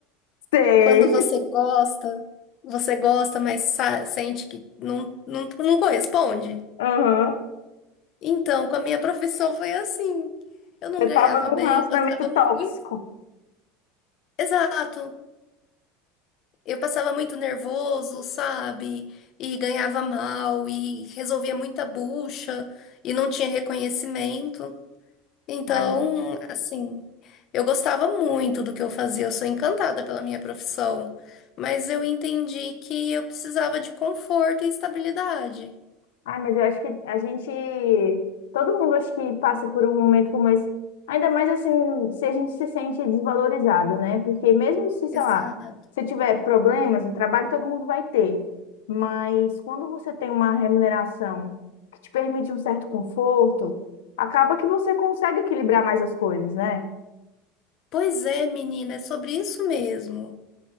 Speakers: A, on the left; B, on the left.
A: Sei.
B: Quando você gosta, você gosta, mas sa- sente que não, não, não corresponde.
A: <laughs> Aham.
B: Então, com a minha profissão foi assim. Eu não
A: Eu
B: ganhava
A: tava num
B: bem,
A: relacionamento
B: passava
A: tóxico.
B: muito. Exato. Eu passava muito nervoso, sabe? E ganhava mal, e resolvia muita bucha, e não tinha reconhecimento. Então,
A: Ai,
B: assim, eu gostava muito do que eu fazia, eu sou encantada pela minha profissão, mas eu entendi que eu precisava de conforto e estabilidade.
A: Ai, mas eu acho que a gente, todo mundo acho que passa por um momento como esse, ainda mais assim, se a gente se sente desvalorizado, né? Porque mesmo se, sei
B: Exato.
A: lá, você tiver problemas no trabalho, todo mundo vai ter. Mas quando você tem uma remuneração que te permite um certo conforto, acaba que você consegue equilibrar mais as coisas, né?
B: Pois é, menina, é sobre isso mesmo.